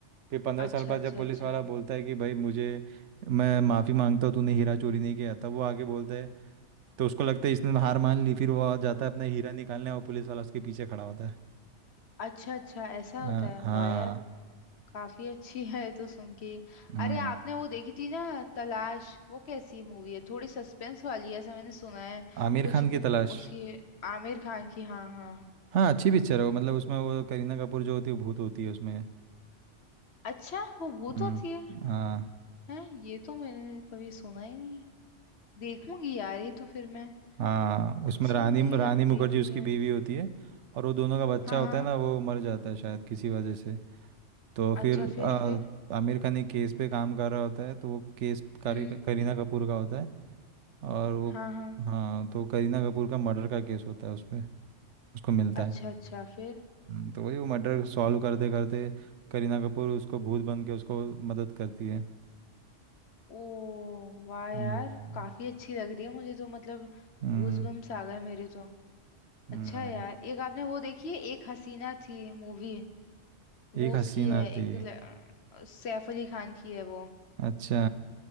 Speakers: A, on the right; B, on the left.
A: फिर पंद्रह
B: अच्छा
A: साल बाद
B: अच्छा
A: जब पुलिस
B: अच्छा
A: वाला बोलता है कि भाई मुझे मैं माफ़ी मांगता हूँ तूने हीरा चोरी नहीं किया तब वो आके बोलता है तो उसको लगता है इसने हार मान ली फिर वो आ जाता है अपना हीरा निकालने और पुलिस वाला उसके पीछे खड़ा होता है
B: अच्छा अच्छा ऐसा होता
A: हाँ
B: है
A: हाँ
B: वाह यार काफी अच्छी है ये तो सुन के
A: हम्म
B: अरे आपने वो देखी थी ना तलाश वो कैसी मूवी है थोड़ी सस्पेंस वाली है ऐसा मैंने सुना है
A: आमिर
B: कुछ
A: खान
B: वो-
A: की तलाश
B: उसकी आमिर खान की हाँ हाँ
A: हाँ अच्छी पिक्चर है वो मतलब उसमें वो करीना कपूर जो होती है भूत होती है उसमें
B: अच्छा वो भूत
A: हम्म
B: होती है
A: हाँ
B: हैं ये तो मैंने कभी सुना ही नहीं है देखूंगी यार ये तो फिर मैं
A: हाँ उसमें
B: अच्छी
A: रानी
B: मूवी
A: रानी
B: लगती
A: मुखर्जी
B: है मुझे
A: उसकी बीवी होती है और वो दोनों का बच्चा
B: हाँ
A: होता
B: हाँ
A: है ना वो मर जाता है शायद किसी वजह से तो फिर
B: अच्छा फिर
A: आ,
B: फिर
A: आमिर खान एक केस पे काम कर रहा होता है तो वो केस करी,
B: हम्म
A: करीना कपूर का होता है और वो
B: हाँ हाँ
A: हाँ तो करीना कपूर का मर्डर का केस होता है उस पे उसको मिलता
B: अच्छा
A: है
B: अच्छा फिर
A: हम्म, तो वही वो मर्डर सॉल्व करते करते करीना कपूर उसको भूत बन के उसको मदद करती है
B: ओ वाह
A: हम्म
B: यार काफी अच्छी लग रही है मुझे तो मतलब
A: हम्म
B: गूजबम्स आ गए मेरे तो
A: हम्म,
B: अच्छा है यार एक आपने वो देखी है एक हसीना थी मूवी वो
A: एक हसीना
B: उसकी है
A: थी
B: एक ल- सैफ अली खान की है वो
A: अच्छा